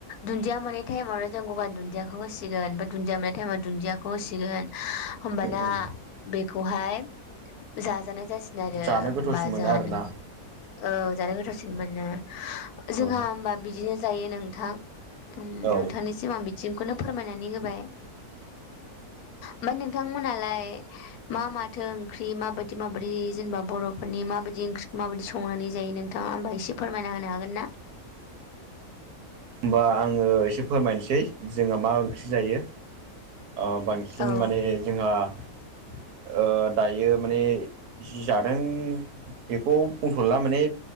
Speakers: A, on the left; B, on the right.
A: दुन्दिया मोननाय टाइमावनो जों गंगार दुन्दियाखौ होसिगोन बा दुन्दिया मोननाय टाइमाव दुन्दिया खौ होसिगोन। होमबाना
B: उम
A: बेखौहाय जाजानाय जासिगोन आरो होमबा
B: जानो गोथावसिन मोनो
A: जोंहानो
B: आरोना
A: औ जानो गोथावसिन मोनो। जोंहा
B: औ
A: हबा बिदिनो जायो नोंथां उम
B: औ
A: नोंथांनिसिम बिथिंखौनो फोरमायनानै होबाय ओमफाय नोंथांमोनालाय मा माथो ओंख्रि, माबायदि माबायदि जेनेबा बर'फोरनि माबायदि ओंख्रिखौ माबायदि संनानै जायो नों नोंथाङा होमबा एसे फोरमायना होनो हागोन ना?
B: होमबा आङो एसे फोरमायनोसै जोंहा मा ओंख्रि जायो। ओ बां बांसिन
A: औ
B: माने जोंहा ओ दायो माने जि जादों बेखौ बुंथ'ला माने,